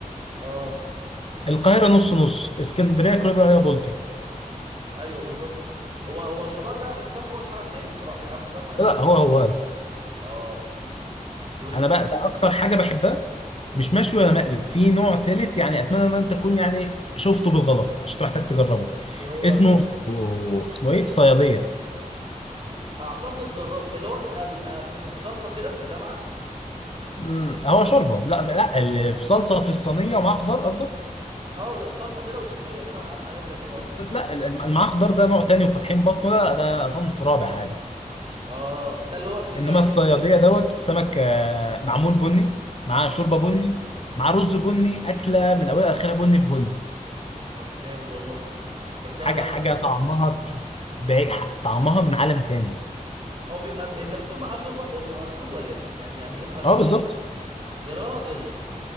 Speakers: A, on the right; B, on the left.
A: اه
B: القاهره نص نص اسكندريه كله بيقولوا عليها بولتي
A: ايوه بالظبط هو هو شبار ده انا كنت فاكره نوع سمك تاني صراحه يعني انا كنت بسمع الناس
B: لا
A: بتقول
B: هو
A: شبار
B: هو
A: اه وبت...
B: انا
A: وت...
B: بقى ده اكتر حاجه بحبها
A: مم.
B: مش مشوي ولا مقلي في نوع تالت يعني اتمنى ان انت تكون يعني شفته بالغلط عشان تحتاج تجربه
A: ايه هو بقى
B: اسمه اسمه ايه صياديه
A: اعتقد جرب اللي هو بيبقى بيبقى في, في صلصه كده وده معاه
B: امم هو شوربه لا لا اللي بصلصه في الصينيه ومعاها خضار قصدك
A: اه بيبقى صلصه كده وفي صينيه كده معاه حاجات زي كده اه
B: لا ال- ال- معاه خضار ده نوع تاني وفاتحين بطنه لا ده صنف رابع عادي
A: اه ده اللي هو السنجاري
B: انما الصياديه دوت سمك آه، معمول بني معاه
A: اه
B: شوربه بني مع رز بني اكله من اولها لاخرها بني في بني
A: طب جامد والله بس
B: حاجه
A: انا لا
B: حاجه
A: مجرد
B: طعمها ت- بايع- طعمها من عالم تاني
A: هو بيبقى ب... انت بتقول معاه شوربه هو بيبقى مسلوق ولا ايه يعني يعني ايه معاه شوربه
B: اه بالظبط
A: يا راجل